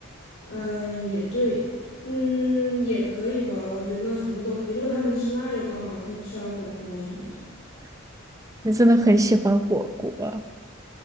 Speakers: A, on the left (about 85°); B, on the right (about 15°).
A: 嗯，也对，嗯，也可以吧，我觉得什么都可以。如果他能吃辣就更好了，可以吃点火锅什么的。
B: 你真的很喜欢火锅啊